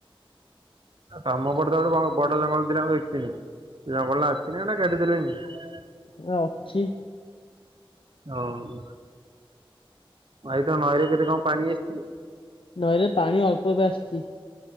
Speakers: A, on the right (about 60°); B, on the left (about 65°).
A: <unintelligible>
B: ନା ଅଛି
A: ହଉ ଭାଇ ତ ନଈରେ କେତେ କଣ ପାଣି ଆସିଛି
B: ନଈରେ ପାଣି ଅଳ୍ପ ଏବେ ଆସିଛି